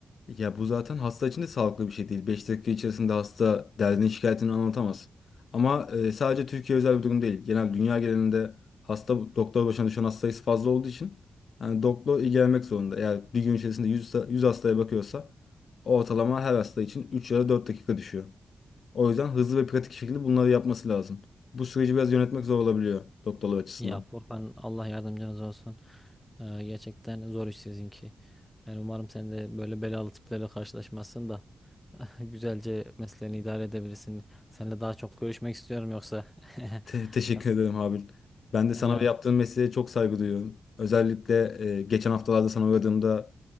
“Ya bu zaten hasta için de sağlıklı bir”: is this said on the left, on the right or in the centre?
Left